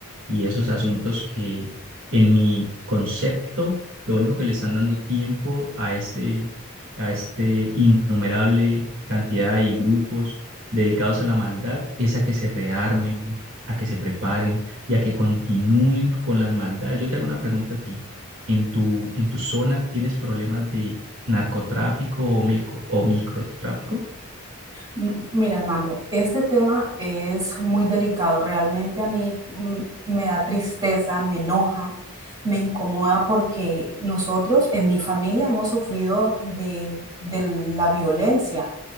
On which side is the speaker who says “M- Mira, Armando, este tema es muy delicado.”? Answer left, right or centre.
Right